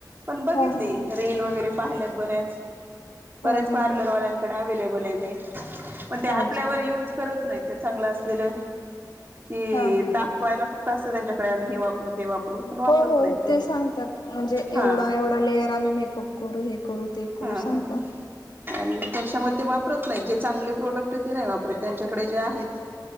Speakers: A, on the right; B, on the left.
A: पण बघितली
B: हा हा.
A: रिल वगैरे पाहिल्यात बऱ्याच
B: हा
A: बऱ्याच
B: हा
A: पार्लरवाल्याकडे
B: हा
A: अवेलेबल ये ते पण ते आपल्यावर
B: अच्छा
A: युज करत नाहीत. ते चांगलं असलेलं की
B: हा हा
A: दाखवायला
B: ह
A: फक्त असंत त्यांच्याकडे आम्ही हे वापरू ते वापरू पण वापरत
B: हो हो
A: नाहीत ते
B: सांगतात म्हणजे
A: हा
B: एवढा एवढा लेयर आम्ही मेकअप करू हे करू ते करू
A: हा हा
B: सांगतात.
A: हा आणि त्याच्यामध्ये ते वापरत नाही जे चांगले प्रोडक्ट ते नाय वापरत त्यांच्याकडे जे आहेत